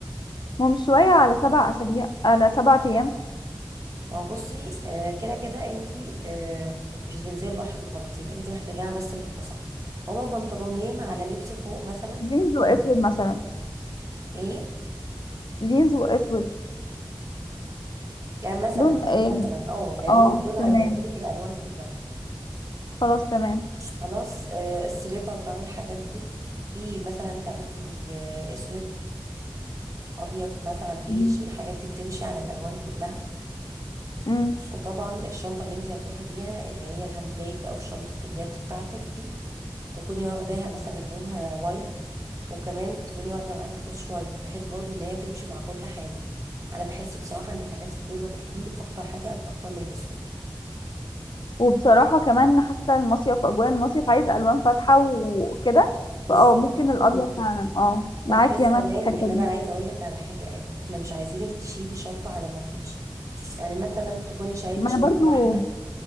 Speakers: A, on the left (about 75°); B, on the right (about 45°).
A: هو مش شويه على سبع اسابيع على سبع ايام
B: ما هو بصي آه، كده كده انتي آه، مش هتنزلي البحر بالبناطيل انتي محتاجاها بس للفسح هما بنطلونين على لبس فوق مثلا
A: جينز واسود مثلا
B: ايه
A: جينز واسود
B: يعني مثلا
A: لون ايه
B: مثلا اه يعني
A: اه
B: دول دول هيغطوا
A: تمام
B: لك الالوان كلها
A: خلاص تمام
B: خلاص آه السليبر بقى والحاجات دي في مثلا تاخدي آه اسود ابيض مثلا بيج
A: مم.
B: الحاجات دي بتمشي على الالوان كلها
A: مم.
B: وطبعا الشنطه اللي انت هتروحي بيها اللي هي الهاند باج او شنطه اليد بتاعتك دي تكوني واخداها مثلا لونها وايت وكمان تكوني واخده معاكي كوتش وايت بحيث برضو ان هي تمشي مع كل حاجه انا بحس بصراحه ان الحاجات البيضه بتليق اكتر حاجه اكتر من الاسود
A: وبصراحة كمان حاسة المصيف أجواء المصيف عايز ألوان فاتحة وكده
B: بالظبط
A: فأه ممكن الأبيض فعلا أه معاكي
B: وبحيث
A: أنا
B: كمان
A: في الحتة
B: ان انا
A: دي
B: عايزه اقول لك على حاجه يعني احنا مش عايزينك تشيلي شنطه على ما فيش يعني مثلا تكوني شايله
A: ما
B: شنطه
A: أنا برضو
B: واحده